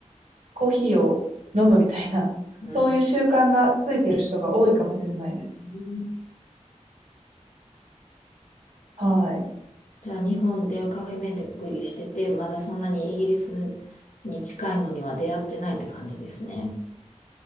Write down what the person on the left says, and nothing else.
うん。
うん
じゃあ、日本でカフェ巡りしてて、まだそんなにイギリスに近いのには出会ってないって感じですね。